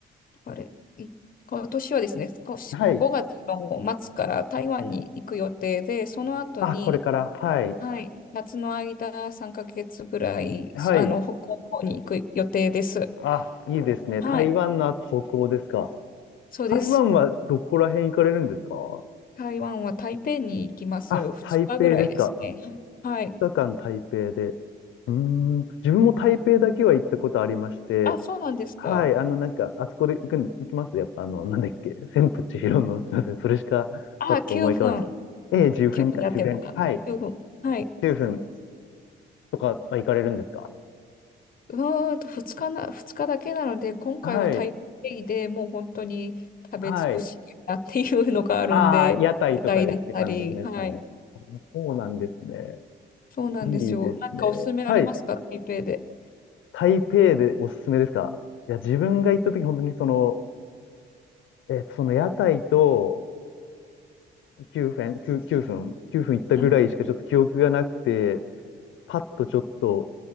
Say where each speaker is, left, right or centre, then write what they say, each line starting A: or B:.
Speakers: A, on the left (about 45°); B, on the left (about 80°).
A: あれ、い今年はですね、少し5月の末から台湾に行く予定で、
B: はい。
A: その後に、
B: あ、これから。はい。
A: はい、夏の間3ヶ月ぐらい、
B: はい。
A: あの、北欧の方に行く予定です。
B: あ、いいですね。
A: はい、
B: 台湾の後、北欧ですか。
A: そうです。
B: 台湾はどこら辺行かれるんですか
A: 台湾は台北に行きます。
B: あ、
A: 2日ぐらいですね。
B: 台北ですか。2日間台北で。
A: はい。
B: うーん。自分も台北だけは行ったことありまして。
A: あ、そうなんですか。
B: はい。あの、なんか、あそこで行くん、行きますやっぱ、あの、なんだっけ。千と千尋の、すみません。それしか、
A: あ、
B: パッと思い浮かばないです。
A: 9分。
B: ええ、10分か、
A: 9分やってるのかな。
B: 10分。はい。
A: 9分。はい。
B: 10分。とかは行かれるんですか
A: うーんと2日な、二日だけなので、今回は台北でもう本当に食べ尽くしたいなっていうのがあるんで、
B: はい。はい。ああ、屋台とかでって感じですかね。
A: 屋台だったり、はい。
B: そうなんですね。
A: そうなんですよ。
B: いいですね。
A: なんかおすすめありますか、
B: はい。
A: 台北で。
B: 台北でおすすめですかいや、自分が行った時、本当にその、えーとその屋台と9分、9、9分、9分行ったぐらいしかちょっと記憶がなくて、
A: うん。
B: パッとちょっと